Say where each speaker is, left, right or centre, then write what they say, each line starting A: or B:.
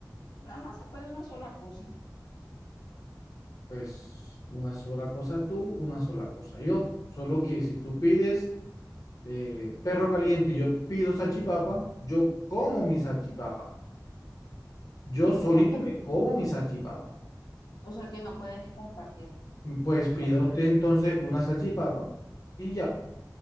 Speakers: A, on the left; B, on the left.
A: nada más se puede una sola cosa.
B: Pues una sola cosa tú, una sola cosa yo. Solo que si tú pides eh, perro caliente, y yo pido salchipapa, yo como mi salchipapa. Yo solito
A: O sea que
B: me como
A: no,
B: mi salchipapa.
A: o sea que no puedes compartir.
B: Pues pida
A: O sea, tra-
B: usted entonces una salchipapa y ya.